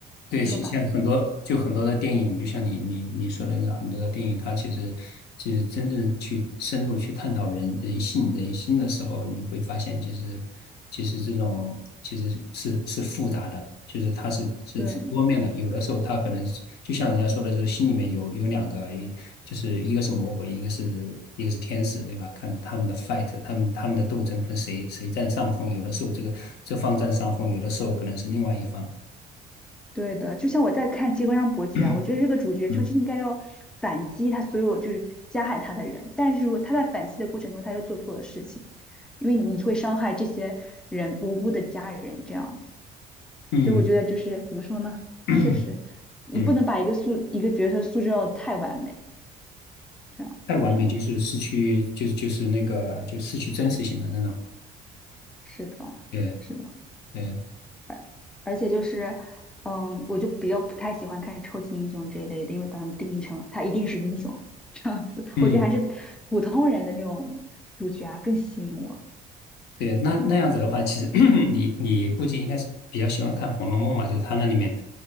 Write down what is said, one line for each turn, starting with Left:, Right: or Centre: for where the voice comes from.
Left: 对，
Centre: 你说吧。
Left: 其像很多就很多的电影，就像你你你说的那很多的电影，它其实其实真正去深入去探讨人人性人心的时候，你就会发现，其实其实这种其实是是复杂的，就是它是是多面的。
Centre: 对，
Left: 有的时候它可能是就像人家说的，就是心里面有有两个，一就是一个是魔鬼，一个是一个是天使，对吧？看他们的 fight，他们他们的斗争，看谁谁占上风。有的时候这个这方占上风，有的时候可能是另外一方。
Centre: 对的，就像我在看《金刚伯爵》啊，
Left: <clears throat>
Centre: 我觉得这个主角就是应该要反击他所有就是加害他的人，
Left: 嗯
Centre: 但是如果他在反击的过程中他又做错了事情，因为你会伤害这些人无辜的家人这样子，
Left: 嗯
Centre: 所以我觉得就是怎么说呢，
Left: <clears throat>
Centre: 确实你不能把一个素一个角色塑造得太完美，
Left: 嗯，
Centre: 这样就是这样，
Left: 太完美就是失去，就是就是那个就失去真实性的那种。
Centre: 是的。
Left: 对
Centre: 是的。
Left: 对，
Centre: 而而且就是，嗯，我就比较不太喜欢看超级英雄这一类的，因为把他们定义成他一定是英雄，<laughs>
Left: 嗯
Centre: 我觉得还是普通人的那种主角啊更吸引我，
Left: 对，那那样子的话，其实 <clears throat> 你你估计应该是比较喜欢看《红楼梦》嘛，就是它那里面